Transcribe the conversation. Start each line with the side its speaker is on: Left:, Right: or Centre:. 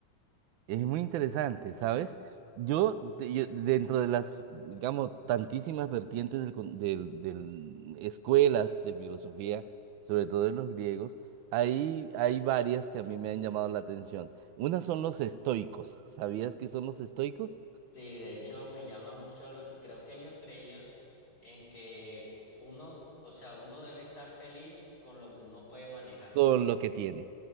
Right: Es muy interesante, ¿sabes? Yo, de- yo- dentro de las, digamos, tantísimas vertientes del, con- del, del- escuelas de filosofía, sobre todo de los griegos, hay, hay varias que a mí me han llamado la atención. Una son los estoicos. ¿Sabías qué son los estoicos?
Left: Sí, de hecho me llama mucho, el- creo que ellos creían en que uno, o sea, uno debe estar feliz con lo que uno puede manejar.
Right: Con lo que tiene.